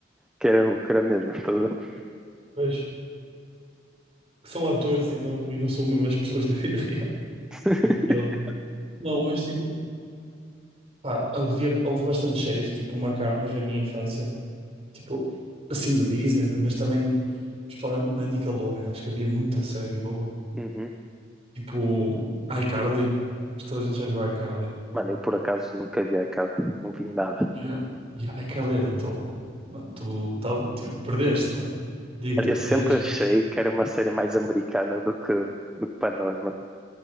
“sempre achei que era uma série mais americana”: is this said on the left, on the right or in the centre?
Centre